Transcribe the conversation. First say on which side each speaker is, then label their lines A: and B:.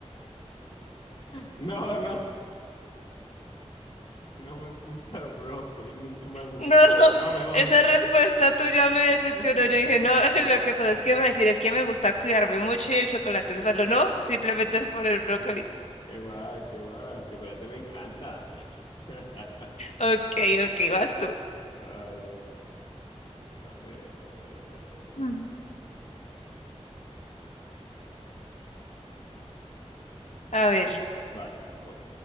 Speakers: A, on the left; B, on the left.
A: no, no, no me gusta el brócoli, nunca me ha gustado
B: No,
A: y no me va
B: esa
A: a gustar.
B: respuesta tuya me decepcionó.
A: <laughs>
B: Yo dije, no, <laughs> lo que pasa es que me va a decir es que me gusta cuidarme mucho y el chocolate es malo. No, simplemente es por el brócoli.
A: Qué va, qué va, el chocolate me encanta. <laughs>
B: Ok, ok, vas tú.
A: Vale, vale, a ver, a ver.
B: Mm. A ver,
A: Vale, voy.